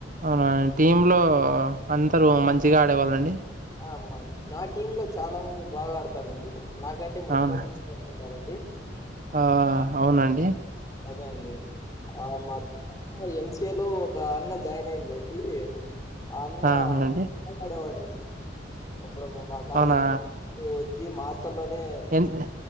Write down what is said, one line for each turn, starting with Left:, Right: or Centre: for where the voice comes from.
Right: అవునా టీమ్ లో అందరు మంచిగా ఆడేవాళ్ళండి
Left: అ మ నా టీమ్ లో చాలా మంది బాగా ఆడతారండి నాకంటే మంచి
Right: అవునా
Left: మంచి ప్లేయర్స్ ఉన్నారండి
Right: ఆ అవునండి
Left: అదే అండి ఆ మా ఎంసిఏ లో ఒక అన్న జాయిన్ అయిండండి అన్నా
Right: ఆ అవునండి
Left: కడవడింది ఇప్పుడు మా కాలేజీకి
Right: అవునా
Left: వెళ్డు అపుడు వచ్చి మాస్టర్లనే
Right: ఎన్